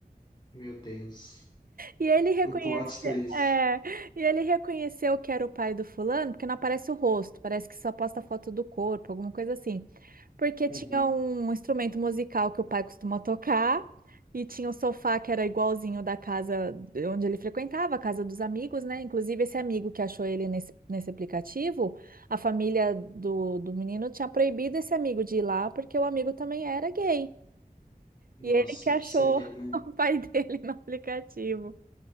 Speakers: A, on the left; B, on the right.
A: meu Deus.
B: E ele reconheceu
A: O plot twist.
B: É, e ele reconheceu que era o pai do fulano, porque não aparece o rosto, parece que só posta foto do corpo, alguma coisa assim. Porque
A: Uhum.
B: tinha um instrumento musical que o pai costuma tocar, e tinha o sofá que era igualzinho da casa de onde ele frequentava, a casa dos amigos, né? Inclusive, esse amigo que achou ele nesse, nesse aplicativo, a família do, do menino tinha proibido esse amigo de ir lá, porque o amigo também era gay.
A: Nossa,
B: E ele que achou
A: pra você ver,
B: <laughs>
A: né?
B: o pai dele no aplicativo.